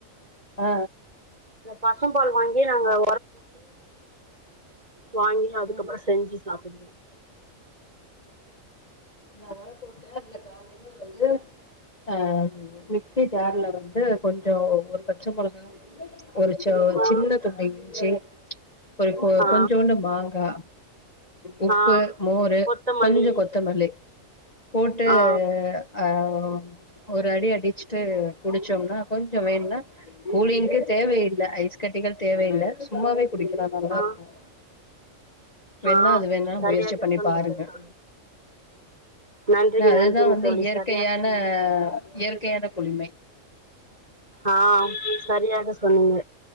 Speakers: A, on the left; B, on the right.
A: ஆ
B: அந்த பசும்பால் வாங்கி நாங்க வாங்கி அதுக்கப்றொ
A: ம்
B: செஞ்சு சாப்புட்னு
A: நா உர போட்டு அதுல கால வந்து ஆ மிக்சி ஜார்ல வந்து து கொஞ்சொ ஒரு பச்ச மொளகா <inaudible> ஒரு சொ
B: ஆ
A: சின்ன துண்டு இஞ்சி ஒரு கொ
B: ஆ
A: கொஞ்சூண்டு மாங்கா உப்பு
B: ஆ
A: மோரு
B: கொத்தமல்லி
A: கொஞ்சொ கொத்தமல்லி போட்டு
B: ஆ
A: அஹ் ஒ ஒரு அடி அடிச்சுட்டு குடிச்சோம்னா கொஞ்ச வேணுனா கூலிங்க்கு தேவையில்ல ஐஸ் கட்டிகள் தேவையில்ல சும்மாவே குடிக்கலாம் நல்லா
B: ஆ
A: இருக்கும் வேணா
B: ஆ
A: அது வேணா
B: சரியாக
A: முயற்சி பண்ணி
B: சொன்னீர்கள்
A: பாருங்க
B: தோழி நன்றிங்க
A: ஏன்னா அதுதான்
B: நன்றிங்க
A: வந்து
B: தோழி
A: இயற்கையான
B: சரியா சொன்னீங்க
A: இயற்கையான குளிமை
B: ஆஹ் சரியாக சொன்னீங்க